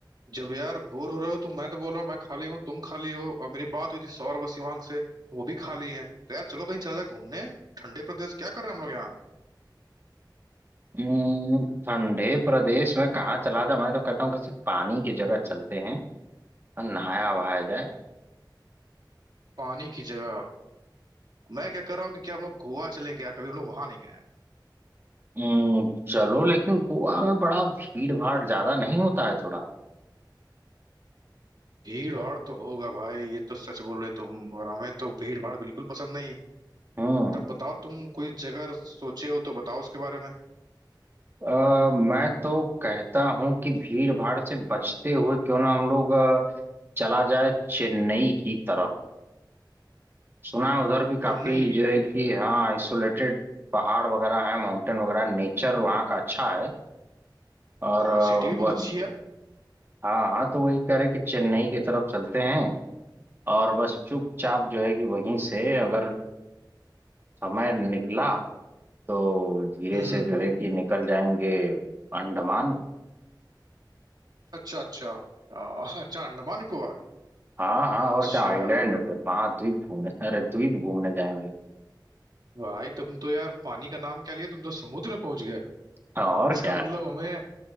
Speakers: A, on the right; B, on the right.
A: जब यार बोर हो रहे हो तो मैं तो बोल रहा हूँ मैं खाली हूँ तुम खाली हो और मेरी बात हुई थी सौरभ और शिवांग से वो भी खाली हैं तो यार चलो कहीं चला जाए घूमने ठंडे प्रदेश क्या कर रहे हैं हम लोग यहाँ
B: हम्म, ठंडे प्रदेश में कहाँ चला जाए मैं तो कहता हूँ किसी पानी की जगह चलते हैं और नहाया वहाया जाए
A: पानी की जगह मैं क्या कर रहा हूँ कि क्या हम लोग गोवा चलें क्या कभी हम लोग वहां नहीं गए हैं
B: हम्म, चलो लेकिन गोवा में बड़ा भीड़ भाड़ ज्यादा नहीं होता है थोड़ा
A: भीड़ भाड़ तो होगा भाई ये तो सच बोल रहे तुम और हमें तो भीड़ भाड़ बिल्कुल पसंद नहीं
B: हम्म
A: तब बताओ तुम कोई जगह सोचे हो तो बताओ उसके बारे में
B: अ, मैं तो कहता हूँ कि भीड़ भाड़ से बचते हुए क्यों ना हम लोग चला जाए चेन्नई की तरफ सुना है उधर भी काफी
A: चेन्नई
B: जो है कि हाँ आइसोलेटेड पहाड़ वगैरह है माउंटेन वगैरह नेचर वहाँ का अच्छा है और
A: हाँ
B: अ,
A: सिटी भी बहुत
B: वह
A: अच्छी है
B: हाँ हाँ तो वही कह रहे कि चेन्नई की तरफ चलते हैं और बस चुपचाप जो है कि वहीं से अगर समय निकला तो धीरे
A: हम्म
B: से
A: हम्म
B: जो है कि निकल जाएंगे अंडमान
A: अच्छा अच्छा आ, अच्छा अंडमान निकोबार
B: हाँ हाँ
A: अच्छा
B: और क्या आइलैंड पे महाद्वीप घूमने अरे द्वीप घूमने जाएंगे
A: भाई तुम तो यार पानी का नाम क्या लिया तुम तो समुद्र में पहुंच गए
B: हाँ, और
A: इसका
B: क्या
A: मतलब हमें